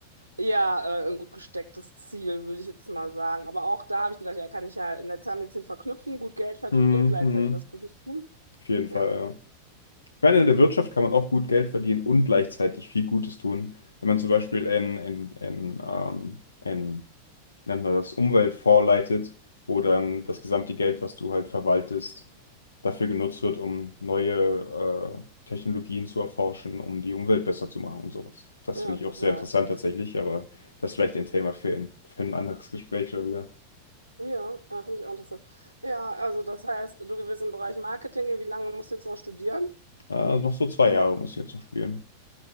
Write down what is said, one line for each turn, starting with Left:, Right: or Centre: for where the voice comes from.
Right: äh, eher äh, ein gut gestecktes Ziel, würde ich jetzt mal sagen. Aber auch da habe ich gedacht, ja, kann ich ja in der Zahnmedizin verknüpfen, gut Geld verdienen
Left: hm,
Right: und gleichzeitig
Left: hm.
Right: was Gutes tun.
Left: Auf jeden Fall,
Right: Ja,
Left: ja. Ich meine, in der Wirtschaft kann man auch gut Geld verdienen und gleichzeitig viel Gutes tun. Wenn man zum Beispiel in, in, in, ähm, in wie nennt man das, Umwelt vorleitet, wo dann das gesamte Geld, was du halt verwaltest, dafür genutzt wird, um neue äh, Technologien zu erforschen, um die Umwelt besser zu machen und sowas. Das
Right: ja,
Left: finde ich
Right: total.
Left: auch sehr interessant tatsächlich, aber das ist vielleicht ein Thema für ein, für ein anderes Gespräch schon wieder.
Right: Ja, ah, finde ich auch interessant. Ja, also das heißt, du gewinnst im Bereich Marketing gehen. Wie lange musst du jetzt noch studieren?
Left: Äh, also noch so zwei Jahre muss ich jetzt noch spielen.